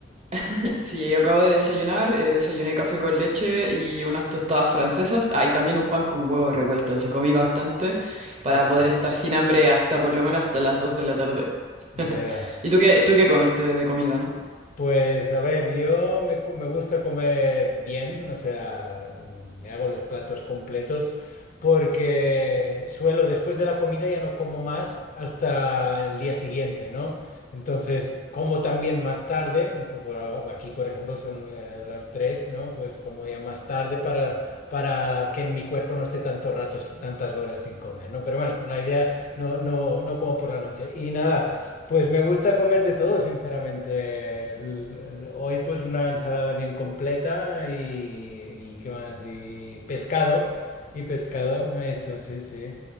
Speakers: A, on the right; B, on the left.
A: <laughs> sí, yo acabo de desayunar, eh, desayuné café con leche y unas tostadas francesas. Ah, y también un pan con huevos revueltos. Y comí bastante para
B: Ya,
A: poder estar sin hambre hasta por lo menos hasta las 2 de la tarde.
B: ya.
A: <laughs> ¿Y tú qué, tú qué comiste de comida, no?
B: Pues a ver, yo me, cu- me gusta comer bien, o sea, mm, me hago los platos completos porque suelo después de la comida ya no como más hasta el día siguiente, ¿no? Entonces, como también más tarde, un poco aquí por ejemplo son eh, las tres, ¿no? Pues como ya más tarde para, para que en mi cuerpo no esté tantos ratos, tantas horas sin comer, ¿no? Pero bueno, la idea no, no, no como por la noche. Y nada. Pues me gusta comer de todo, sinceramente. El- el- hoy pues una ensalada bien completa y, y ¿qué más? Y pescado, y pescado me he hecho, sí, sí.